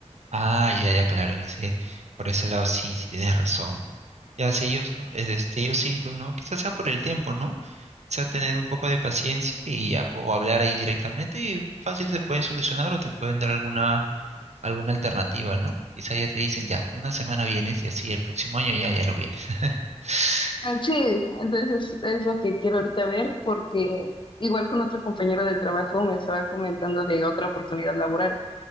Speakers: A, on the right; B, on the left.
A: Ah, ya, ya, claro, en ese, por ese lado sí, sí tienes razón, pues. Ya, si ellos no, es de este, ellos sí, tú no, quizás sea por el tiempo, ¿no? Quizás tener un poco de paciencia y ya, o hablar ahí directamente y fácil se pueden solucionar o te pueden dar alguna, alguna alternativa, ¿no? Quizás ya te dicen, ya, una semana vienes y así el próximo año ya, ya no vienes. <laughs>
B: Ah, Sí, entonces es, es lo que quiero ahorita ver, porque igual con otro compañero del trabajo me estaba comentando de otra oportunidad laboral.